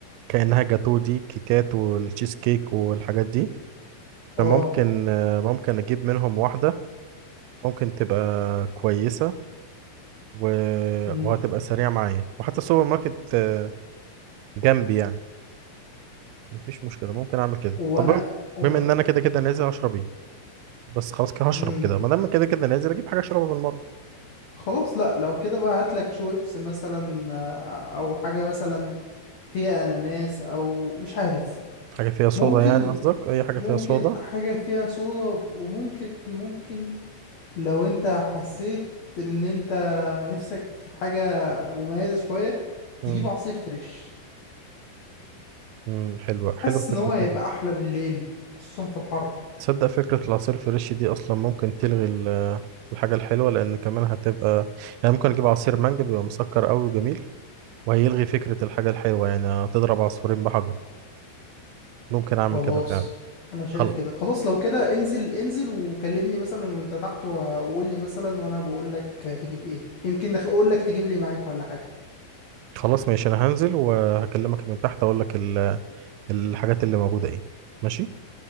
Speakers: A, on the right; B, on the left.
A: كأنها جاتو دي كيكات والتشيز كيك والحاجات دي
B: آه.
A: فممكن آه، ممكن اجيب منهم واحدة ممكن تبقى كويسة و...
B: مم.
A: وهتبقى سريعة معايا وحتى السوبر ماركت آه، جنبي يعني مفيش مشكلة ممكن اعمل كده
B: وانا
A: طب بم-
B: و...
A: بما ان انا كده كده نازل اشرب ايه بس خلاص كده هشرب
B: مم.
A: كده ما دام كده كده نازل اجيب حاجة اشربها بالمرة
B: خلاص لا لو كده بقى هاتلك شويبس مثلا آه، او حاجة مثلا فيها اناناس او مش عارف
A: حاجة فيها صودا
B: ممكن
A: يعني قصدك أي حاجة
B: ممكن
A: فيها صودا
B: حاجة فيها صودا وممكن ممكن لو انت حسيت ان انت نفسك في حاجة مميزة شوية
A: مم.
B: تجيب عصير فريش
A: مم. حلوة حلوة
B: حاسس ان
A: فكرة
B: هو هيبقى
A: تانية
B: احلى بالليل خصوصا في الحر
A: تصدق فكرة العصير الفريش دي أصلا ممكن تلغي ال- الحاجة الحلوة لأن كمان هتبقى يعني ممكن أجيب عصير مانجا بيبقى مسكر أوي وجميل وهيلغي فكرة الحاجة الحلوة يعني هتضرب عصفورين بحجر ممكن أعمل
B: خلاص
A: كده فعلا
B: انا شايف
A: خل...
B: كده خلاص لو كده انزل انزل وكلمني مثلا وانت تحت وقول لي مثلا وانا بقول لك تجيب ايه يمكن اقول لك تجيب لي معاك ولا حاجة
A: خلاص ماشي أنا هنزل وهكلمك من تحت أقول لك ال- الحاجات اللي موجودة إيه ماشي